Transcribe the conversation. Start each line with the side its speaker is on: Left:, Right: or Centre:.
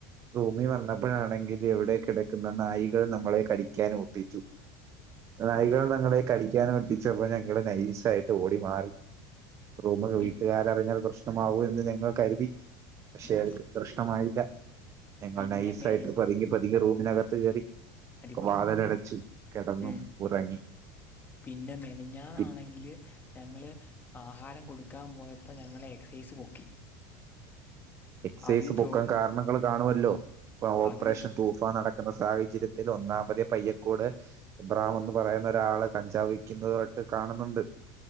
Right: റൂമി വന്നപ്പോഴാണെങ്കിൽ എവിടെ കിടക്കുന്ന നായികൾ നമ്മളെ കടിക്കാൻ ഓട്ടിച്ചു നായികൾ
Left: ഉം.
Right: ഞങ്ങളെ കടിക്കാനും ഒട്ടിച്ചപ്പോ ഞങ്ങള് നൈസായിട്ട് ഓടി മാറി റൂമില്
Left: പി-
Right: വീട്ടുകാരറിഞ്ഞാൽ പ്രശ്നമാവും എന്ന് ഞങ്ങൾ കരുതി പക്ഷെ
Left: ഉം,
Right: അത് പ്രശ്നമായില്ല ഞങ്ങൾ
Left: പിന്നെ
Right: നൈസായിട്ട്
Left: മെനഞ്ഞ
Right: പതിങ്ങി പതിങ്ങി റൂമിനകത്ത് കയറി
Left: അടിപൊളി
Right: വാതിലടച്ചു കിടന്നും
Left: ഉം.
Right: ഉറങ്ങി
Left: പിന്നെ മെനഞ്ഞാന്നാണെങ്കില്
Right: പി
Left: ഞങ്ങള് ആഹാരം കൊടുക്കാൻ പോയപ്പ ഞങ്ങളെ എക്സൈസ് പൊക്കി
Right: എക്സൈസ്
Left: അവർ
Right: പൊക്കാൻ
Left: ചോ
Right: കാരണങ്ങൾ കാണുമല്ലോ ഇപ്പൊ ഓപ്പറേഷൻ
Left: അവർ ചോ
Right: തൂഫാൻ നടക്കുന്ന സാഹ ചര്യത്തിൽ ഒന്നാമത് പയ്യക്കോട് എബ്രഹാം എന്ന് പറയുന്ന ഒരാള് കഞ്ചാവ് വിക്കുന്നായിട്ട് കാണുന്നൊ ണ്ട്